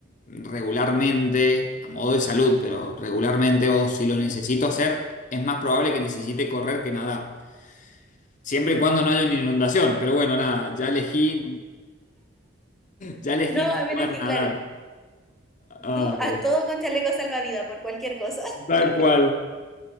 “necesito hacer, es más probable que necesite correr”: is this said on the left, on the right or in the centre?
Left